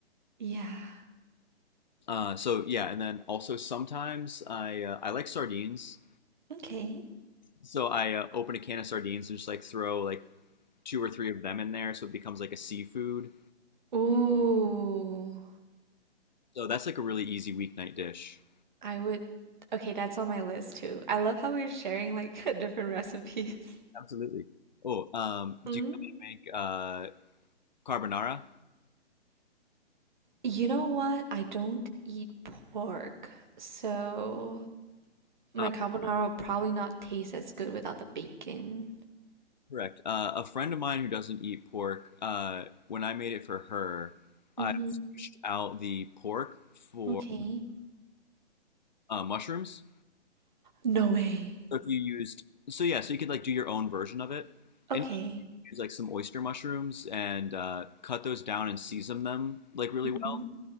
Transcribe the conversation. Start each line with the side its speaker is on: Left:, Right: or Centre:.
Right: yeah.
Left: Uh, so yeah, and then also sometimes I uh, I like sardines.
Right: Okay.
Left: So I uh, open a can of sardines and just like throw like two or three of them in there, so it becomes like a seafood
Right: Ooh.
Left: So that's like a really easy weeknight dish.
Right: I would Okay, that's on my list too. I love how we're sharing like <laughs> different recipes.
Left: Absolutely. Oh, um,
Right: Mm.
Left: do you know how to make uh, carbonara?
Right: You know what? I don't eat pork, so my
Left: Uh,
Right: carbonara will probably not taste as good without the bacon.
Left: correct. Uh, a friend of mine who doesn't eat pork, uh, when I made it for her, I
Right: Mm-hmm.
Left: switched out the pork for
Right: Okay.
Left: uh, mushrooms.
Right: No way.
Left: So if you used, so yeah, so you could like do your own version of it,
Right: Okay.
Left: and you could use like some oyster mushrooms and uh, cut those down and season them like really
Right: hmm
Left: well.